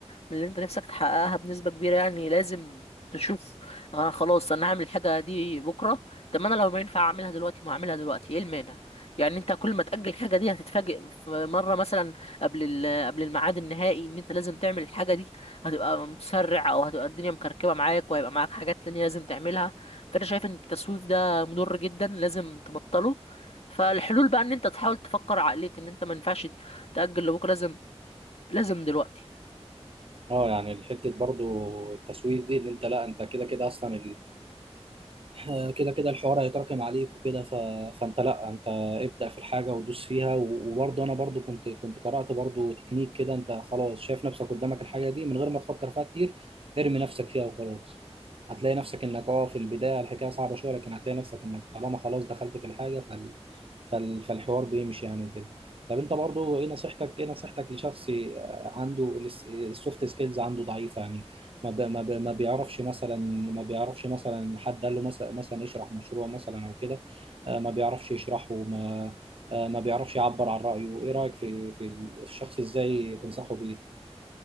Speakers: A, on the left; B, on the right.
A: من اللي انت نفسك تحققها بنسبة كبيرة يعني لازم تشوف انا خلاص انا هعمل الحاجة دي بكرة طب ما انا لو ما ينفع اعملها دلوقتي ما اعملها دلوقتي ايه المانع يعني انت كل ما تأجل الحاجة دي هتتفاجئ في مرة مثلا قبل ال- قبل الميعاد النهائي ان انت لازم تعمل الحاجة دي هتبقى متسرع او هتبقى الدنيا مكركبة معاك وهيبقى معاك حاجات تانية لازم تعملها فانا شايف ان التسويف ده مضر جدا لازم تبطله فالحلول بقى ان انت تحاول تفكر عقلية ان انت ما ينفعش تأجل لبكرة لازم لازم دلوقتي
B: اه يعني الحته برضو التسويف دي ان انت لا انت كده كده اصلا آه، كده كده الحوار هيتراكم عليك وكده ف... فانت لا انت ابدأ في الحاجة ودوس فيها و- وبرضه انا برضه كنت كنت قرأت برضه تكنيك كده انت خلاص شايف نفسك قدامك الحاجة دي من غير ما تفكر فيها كتير ارمي نفسك فيها وخلاص هتلاقي نفسك انك اه في البداية الحكاية صعبة شوية لكن هتلاقي نفسك انك طالما خلاص دخلت في الحاجة فال... فال... فالحوار بيمشي يعني وكده طب انت برضه ايه نصيحتك ايه نصيحتك لشخص آه، عنده السوفت سكيلز عنده ضعيفة يعني ما ب... ما ب... ما بيعرفش مثلا ما بيعرفش مثلا حد قال له مثلا مثلا اشرح مشروع مثلا او كده آه، ما بيعرفش يشرحه ما آه، ما بيعرفش يعبر عن رأيه ايه رأيك في في الشخص ازاي تنصحه بيه